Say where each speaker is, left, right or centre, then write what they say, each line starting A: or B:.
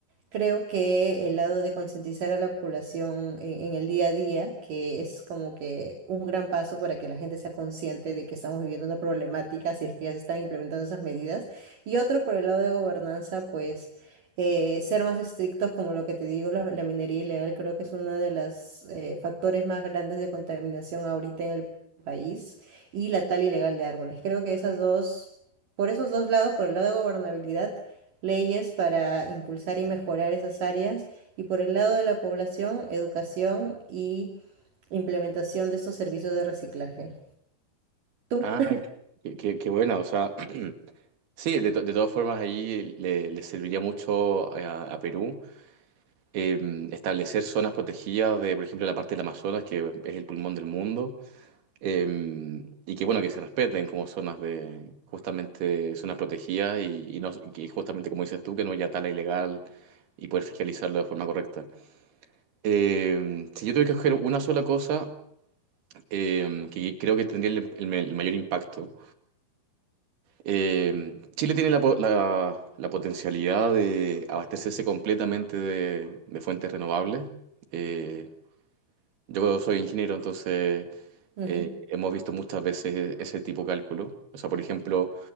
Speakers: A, on the right; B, on the right.
A: Creo que el lado de concientizar a la población en, en el día a día, que es como que un gran paso para que la gente sea consciente de que estamos viviendo una problemática, si es que ya se están implementando esas medidas. Y otro, por el lado de gobernanza, pues eh, ser más estrictos, como lo que te digo, la, la minería ilegal creo que es uno de los factores más grandes de contaminación ahorita en el país, y la tala ilegal de árboles. Creo que esas dos, por esos dos lados, por el lado de gobernabilidad, leyes para impulsar y mejorar esas áreas y por el lado de la población, educación y implementación de estos servicios de reciclaje. Tú.
B: Ah, qué, qué- qué buena, o sea, <clears throat> sí, de, to- de todas formas ahí le, le serviría mucho a, a Perú eh, establecer zonas protegidas de, por ejemplo, la parte del Amazonas, que es el pulmón del mundo. eh, y que bueno, que se respeten como zonas de, justamente, zonas protegidas y, y no, y que justamente como dices tú, que no haya tala ilegal y poder fiscalizarlo de forma correcta. Eh, si yo tuviera que escoger una sola cosa eh, que creo que tendría el, el- el mayor impacto, eh, Chile tiene la, po- la- la potencialidad de abastecerse completamente de, de fuentes renovables. eh, Yo soy ingeniero, entonces
A: Ujú.
B: eh, hemos visto muchas veces ese tipo de cálculo. O sea, por ejemplo,